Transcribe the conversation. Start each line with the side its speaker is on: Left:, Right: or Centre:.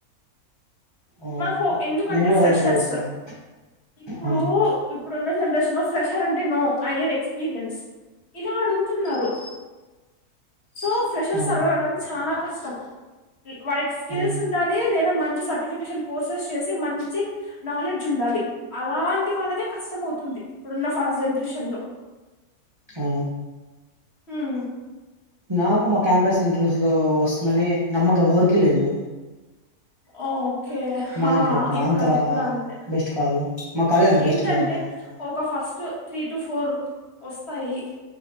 Right: ఓకే
Left: మనకు ఎందుకంటే
Right: నేను కూడా
Left: ఫ్రెషర్స్
Right: అదే ట్రై చేస్తున్నా
Left: ఇప్పుడూ
Right: ఆ
Left: ఇప్పుడున్న జనరేషన్ ఫ్రెషర్ అంటే no I had the experience ఇలా అడుగుతున్నారు సో ప్రెషర్
Right: ఆ
Left: సర్వ్ అవ్వడానికి చాల కష్టం త వాళ్ళక్ స్కిల్స్
Right: అవును
Left: ఉండాలి లేద మంచి సర్టిఫికేషన్ కోర్సెస్ చేసి మంచి నాలెడ్జ్ ఉండాలి అలాం ఇటి వాళ్ళకే కష్టం అవుతుంది ఇప్పుడున్న ఫాస్ట్ జెన్రేషన్ లో
Right: అ
Left: హ్మ్.
Right: నాకు మా క్యాంపస్ ఇంటర్వ్యూస్ లో వస్తుందని నమ్మకం ఎవ్వరికి లేదు
Left: ఆ అ ఓకే హ
Right: మా దాంట్లో
Left: ఇప్పుడు
Right: అంత
Left: అది కూడ అంతే
Right: బెస్ట్ కాదు మా కాలేజ్ అంత బెస్ట్
Left: ఏంటంటే
Right: కాదు కదా అందుకు
Left: ఒక ఫస్ట్ త్రీ టు ఫోర్ వస్తాయి